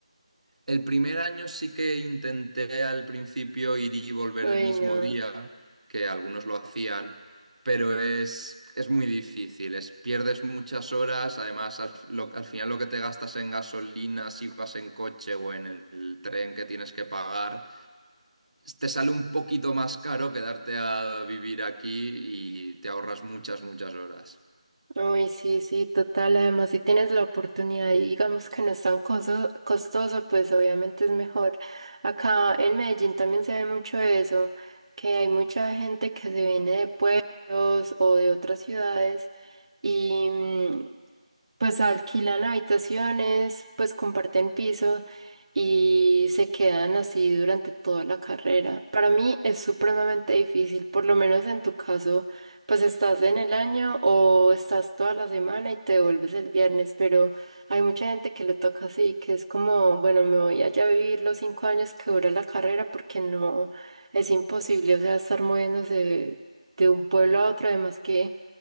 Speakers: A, on the right; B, on the right.
A: El primer año sí que intenté al principio ir y volver
B: Uy,
A: el mismo
B: no.
A: día, que algunos lo hacían, pero es, es muy difícil, es, pierdes muchas horas, además al, lo- al final lo que te gastas en gasolina, si vas en coche o en el, el tren que tienes que pagar, te sale un poquito más caro quedarte a vivir aquí y te ahorras muchas, muchas horas.
B: Uy, sí, sí, total. Además, si tienes la oportunidad y digamos que no es tan coso- costoso, pues obviamente es mejor. Acá en Medellín también se ve mucho eso, que hay mucha gente que se viene de pueblos o de otras ciudades. Y, mm, Pues alquilan habitaciones, pues comparten piso y se quedan así durante toda la carrera. Para mí es supremamente difícil, por lo menos en tu caso, pues estás en el año o estás toda la semana y te vuelves el viernes, pero hay mucha gente que le toca así, que es como, bueno, me voy allá a vivir los cinco años que dura la carrera porque no, es imposible, o sea, estar moviéndose de un pueblo a otro, además que...